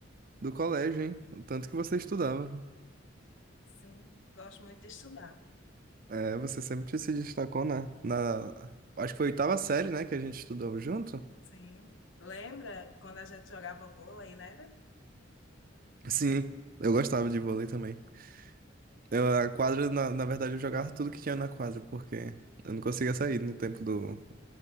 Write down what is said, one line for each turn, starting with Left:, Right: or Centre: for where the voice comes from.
Right: do colégio, hein? O tanto que você estudava.
Left: Sim, gosto muito de estudar.
Right: É, você sempre se destacou na, na... Acho que foi a oitava série, né, que a gente estudou junto?
Left: Sim. Lembra quando a gente jogava vôlei, né?
Right: Sim, eu gostava de vôlei também. Eu, a quadra, na, na verdade, eu jogava tudo que tinha na quadra, porque eu não conseguia sair no tempo do...